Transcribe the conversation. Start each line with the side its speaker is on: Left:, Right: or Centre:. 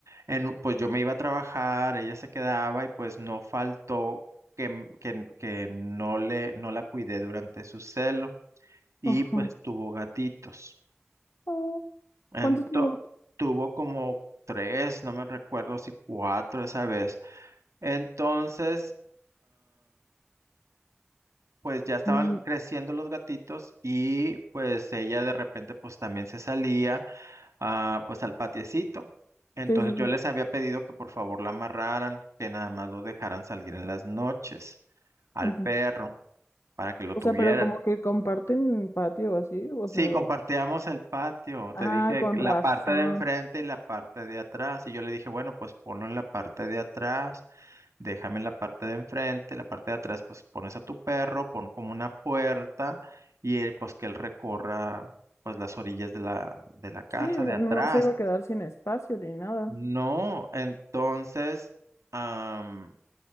Right: en, un- pues yo me iba a trabajar, ella se quedaba y pues no faltó que, m- que, n- que no le, no la cuidé durante su celo y
Left: Ajá.
Right: pues tuvo gatitos.
Left: Oh,
Right: Entonces,
Left: ¿cuánto tuvo?
Right: tuvo como tres, no me recuerdo si cuatro esa vez. Entonces, pues ya estaban
Left: Mm,
Right: creciendo los gatitos y pues ella de repente pues también se salía ah, pues al patiecito. Entonces
Left: Sí, sí, sí.
Right: yo les había pedido que por favor la amarraran, que nada más lo dejaran salir en las noches al
Left: Ujú.
Right: perro para que lo
Left: O
Right: tuvieran.
Left: sea, pero como que comparten patio o así, o
Right: Sí,
Left: sea.
Right: compartíamos
Left: o-
Right: el patio.
Left: Ah,
Right: Te dije
Left: con
Right: que la
Left: razón.
Right: parte de enfrente y la parte de atrás. Y yo le dije, bueno, pues ponlo en la parte de atrás. déjame en la parte de enfrente, la parte de atrás, pues pones a tu perro, pon como una puerta y él, pues que él recorra pues las orillas de la, de la casa,
Left: Sí, o sea,
Right: de atrás.
Left: no no se iba a quedar sin espacio ni nada.
Right: No, entonces, am,